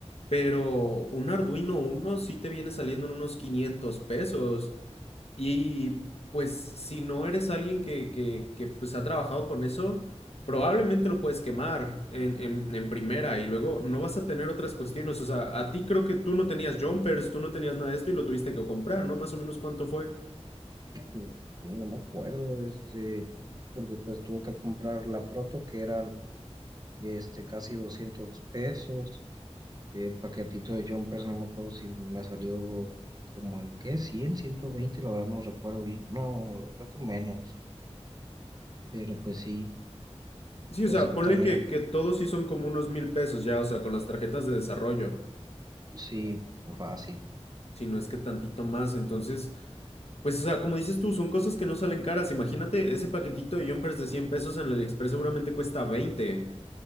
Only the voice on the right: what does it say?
No no me acuerdo, este, porque pues tuve que comprar la proto que eran este, casi 200 pesos. El paquetito de Jumpers, no me acuerdo si me salió como en qué, cien ciento veinte la verdad no recuerdo bien. No, creo que menos, pero pues sí,
pues
sí,
también,
sí, fácil.